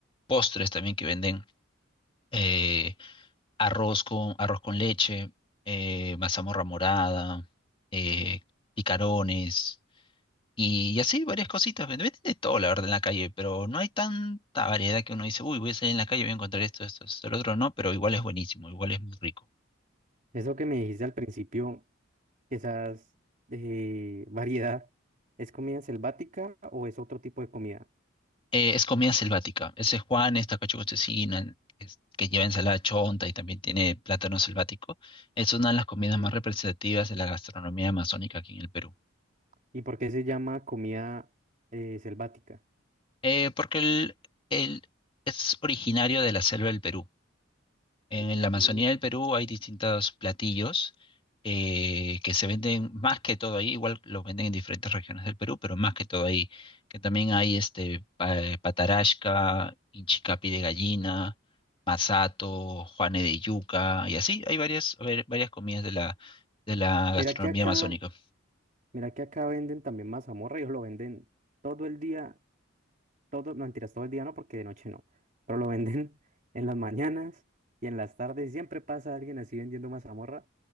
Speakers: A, on the left; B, on the right.
A: postres también que venden. eh, arroz con, arroz con leche, eh, mazamorra morada, eh, picarones y, y así varias cositas. Venden, venden de todo, la verdad, en la calle, pero no hay tanta variedad que uno dice, uy, voy a salir en la calle, voy a encontrar esto, esto, esto, el otro no, pero igual es buenísimo, igual es muy rico.
B: Eso que me dijiste al principio, esas eh, <laughs> variedad, ¿es comida selvática o es otro tipo de comida?
A: Eh, es comida selvática. Ese es Juan, esta cocina que, es- que lleva ensalada chonta y también tiene plátano selvático. Es una de las comidas
B: Ujú.
A: más representativas de la gastronomía amazónica aquí en el Perú.
B: ¿Y por qué se llama comida eh, selvática?
A: Eh, porque el, el- es originario de la selva del Perú. En
B: Mm,
A: la Amazonía del Perú hay distintos platillos eh, que se venden más que todo ahí, igual los venden en diferentes regiones del Perú, pero más que todo ahí, que también hay este pa- patarasca, inchicapi de gallina, masato, juane de yuca, y así hay varias, ver- varias comidas de la, de la gastronomía
B: Mira que acá
A: amazónica.
B: Mira que acá venden también mazamorra, ellos lo venden todo el día, todo, no mentiras, todo el día no, porque de noche no, pero lo venden <laughs> en las mañanas y en las tardes, siempre pasa alguien así vendiendo mazamorra,